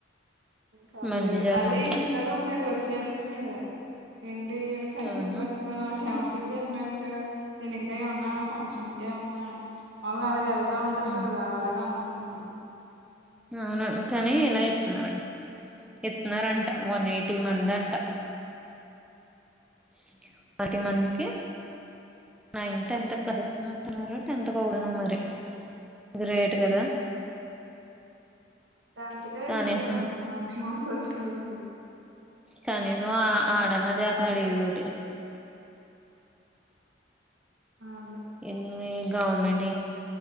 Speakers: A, on the right; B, in the centre.
A: పర్లేదు
B: మంచి చేత్నారు
A: అదే ఇన్స్టాలో తెగ వచ్చేతుంది ఏం. <unintelligible> కర్చీఫ్
B: అవును
A: పట్టుకొని ఆమె చెమ్ తుడిచేసినట్టు. నేను ఇంకా ఏమన్నా ఫంక్షన్కే ఏ మన్నా మాలుగా అలాగ ఎల్. ళ్తాతంటారు
B: ఉమ్
A: కదా అలాగే అనుకునెవన్నీ.
B: అవును కానీ ఇలా ఇత్నారంట, ఇత్నారంట వన్ ఎయి. టీ మందంట <unintelligible> టీ మంది కి నైన్, టెన్త్ <unintelligible> టెన్త్ ఒక <unintelligible> మరి. గ్రేట్ కదా
A: టెన్త్ కే
B: కనీసం
A: ఇత్తారు మంచి మార్క్స్ వచ్చినోళ్ళకి.
B: కనీసం ఆ, ఆ, ఆడన్న చేతున్నాడు ఏదో ఒకటి.
A: అదే
B: ఇంగీ గవర్నమెంట్